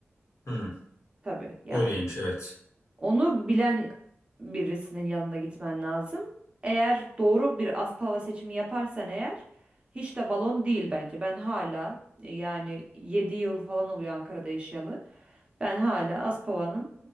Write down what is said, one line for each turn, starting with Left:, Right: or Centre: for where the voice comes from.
Left: Hmm,
Right: Tabii yani.
Left: öyleymiş evet.
Right: Onu bilen birisinin yanına gitmen lazım. Eğer doğru bir Aspava seçimi yaparsan eğer hiç de balon değil bence. Ben hala e, yani 7 yıl falan oluyor Ankara'da yaşayalı. Ben hala Aspava'nın